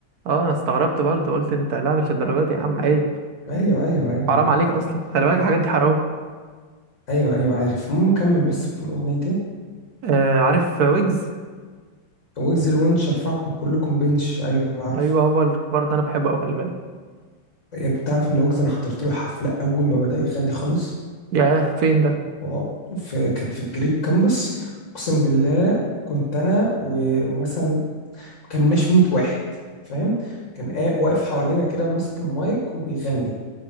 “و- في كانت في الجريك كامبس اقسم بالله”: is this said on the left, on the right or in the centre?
Left